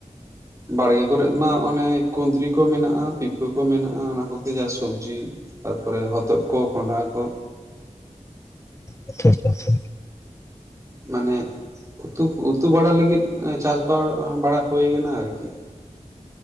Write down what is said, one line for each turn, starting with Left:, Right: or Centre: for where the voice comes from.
Right: ᱵᱟᱲᱜᱮ ᱠᱚᱨᱮᱫ ᱢᱟ ᱚᱱᱮ ᱠᱩᱸᱫᱽᱨᱤ ᱠᱚ ᱢᱮᱱᱟᱜᱼᱟ ᱯᱤᱯᱟᱹ ᱠᱚ ᱢᱮᱱᱟᱜᱼᱟ ᱚᱱᱟ ᱠᱚᱜᱮ ᱡᱟ ᱥᱚᱵᱡᱤ ᱛᱟᱨᱯᱚᱨᱮ ᱦᱚᱛᱚᱫ ᱠᱚ ᱠᱚᱸᱰᱷᱟ ᱠᱚ
Left: ᱟᱪᱷᱟ ᱟᱪᱷᱟ ᱟᱪᱷᱟ
Right: ᱢᱟᱱᱮ ᱩᱛᱩ ᱩᱛᱩ ᱵᱟᱲᱟ ᱞᱟᱹᱜᱤᱫ ᱪᱟᱥ ᱵᱟ ᱵᱟᱲᱟ ᱦᱩᱭ ᱟᱠᱟᱱᱟ ᱟᱨᱠᱤ